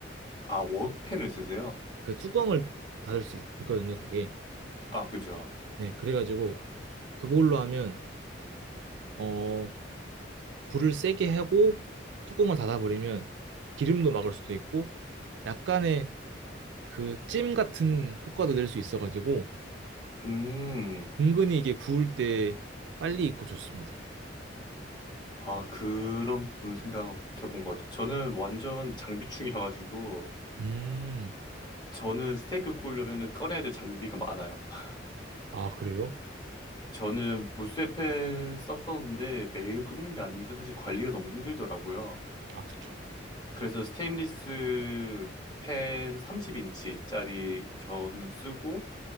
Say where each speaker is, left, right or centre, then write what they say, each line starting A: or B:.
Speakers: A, on the left; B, on the right.
A: 아, 웍펜을 쓰세요?
B: 그 뚜껑을 닫을 수 있- 있거든요, 그게.
A: 아, 그죠.
B: 네, 그래가지고, 그걸로 하면, 어, 불을 세게 하고, 뚜껑을 닫아버리면, 기름도 막을 수도 있고, 약간의 그 찜 같은 효과도 낼 수 있어가지고,
A: 음,
B: 은근히 이게 구울 때 빨리 익고 좋습니다.
A: 아, 그런 부분을 생각 못 해본 것 같아요. 저는 완전 장비충이어가지고,
B: 음,
A: 저는 스테이크 구우려면 꺼내야 될 장비가 많아요. <laughs>
B: 아, 그래요?
A: 저는 무쇠펜 썼었는데 매일 굽는 게 아니니까 사실 관리가 너무 힘들더라고요.
B: 아, 그쵸.
A: 그래서 스테인리스 펜 30인치짜리 저는 쓰고,